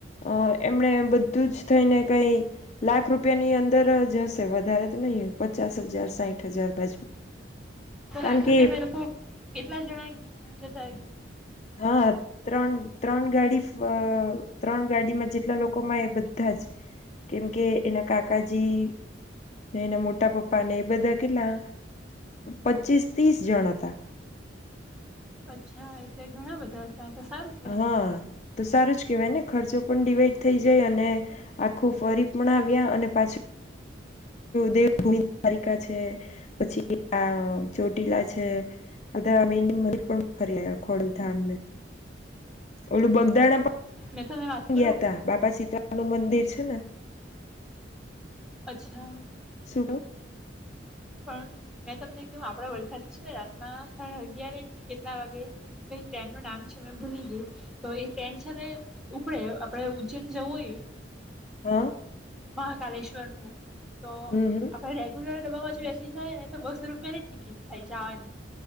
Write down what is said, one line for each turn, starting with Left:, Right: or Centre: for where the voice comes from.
Left: અ એમણે બધું જ થઈને કઈ લાખ રૂપિયાની અંદર જ હશે વધારે તો નહીં હોય. પચાસ હજાર સાહીઠ હજાર બાજુ
Centre: તો
Left: કારણ
Centre: લાખ રૂપિયામાં
Left: કે
Centre: એ લોકો કેટલા જણા ગ યા છતા
Left: હા ત્રણ ત્રણ ગાડી ત્રણ ગાડીમાં જેટલા લોકોમાં એ બધા જ, કેમ કે એના કાકાજી ને એના મોટા પપ્પા ને એ બધા કેટલા અ પચીસ ત્રીસ જણ હતા.
Centre: અચ્છા એટલે ઘણા બધા. ત્યાં તો સારું કહેવાય.
Left: હા તો સારું જ કહેવાય ને ખર્ચો પણ ડડીવાઈડ થઈ જાય અને આખું ફરી પણ આવે. આવ્યા અને પાછું દેવભૂમિ દ્વારિકા છે, પછી આ ચોટીલા છે, બધા મેન મંદિર પણ ફરી ખોડલધામને. ઓલું બગદાણા પણ
Centre: મેં તમને વાત કરું
Left: ગયા હતા બાપા સીતાનું મંદીર. દ છે ને.
Centre: અચ્છા.
Left: શુંડ. <unintelligible>
Centre: પણ મેં તમને કહ આપડ વલસાડ છે ને રાતમાં સાડા અગિયાર કે કેટલા વાગે ટ્રેન નું નામ છે મે ભૂલી ગઈ, તો એ ટ્રેન છે ને ઉપડે આપણે ઉજ્જૈન જવું હોય.
Left: હા.
Centre: મહાકાલેશ્વર હો. તો
Left: હમ હમ
Centre: આપણે રેગ્યુલર બેસી જાય ને તો બસો રૂપિયા ની ટિકિટ થાય જવાની.